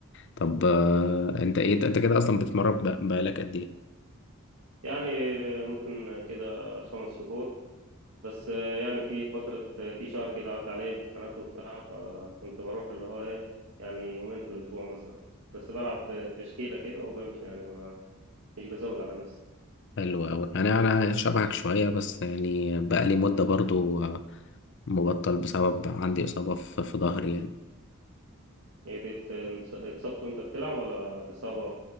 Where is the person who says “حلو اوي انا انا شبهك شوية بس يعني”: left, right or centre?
Left